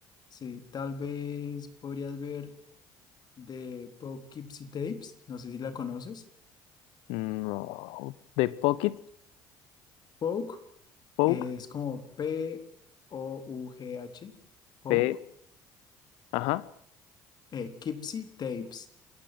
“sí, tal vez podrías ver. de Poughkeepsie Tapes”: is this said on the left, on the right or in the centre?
Left